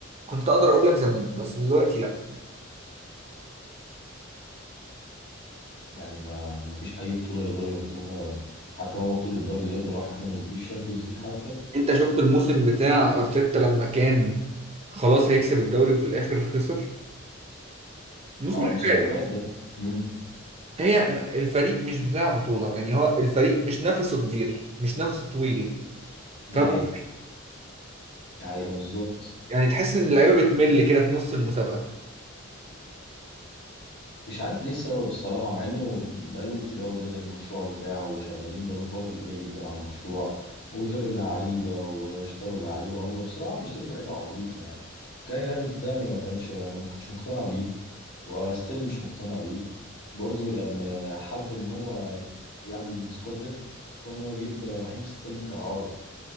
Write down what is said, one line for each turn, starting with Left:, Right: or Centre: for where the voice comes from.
Right: كنت اقدر اقول لك زمان بس دلوقتي لا
Left: يعني ما ما فيش اي بطوله يقدروا ياخدوها حتى هو بطوله الدوري دلوقتي راحت منهم ما فيش شامبيونز ليج حتى
Right: انت شفت الموسم بتاع ارتيتا لما كان خلاص هيكسب الدوري وفي الاخر خسر الموسم
Left: اه
Right: اللي
Left: الموسم
Right: فات
Left: اللي فات ده امم
Right: هي م- الفريق مش بتاع بطولة يعني هو الفريق مش نفسه كبير مش نفسه طويل
Left: دي
Right: فاهم
Left: حقيقه
Right: قصدي
Left: دي حقيقه بالظبط
Right: يعني تحس ان اللعيبه بتمل كده في نص المسابقه
Left: مش عارف ليه السبب الصراحة مع انه بقاله كتير قوي بدأ المشروع بتاعه وشغالين بقالهم فترة كبيرة جدا على المشروع وجابوا لعيبة واشتروا لعيبة هم بصراحة بيشتروا لعيبة عبيطة يعني كاي هافرتس ده ما ما كانش انا ما كنتش مقتنع بيه وستيل مش مقتنع بيه برضو لما حب ان هو يعمل سكواد ديف قرر ان هو يجيب رحيم ستيرلينج كإعارة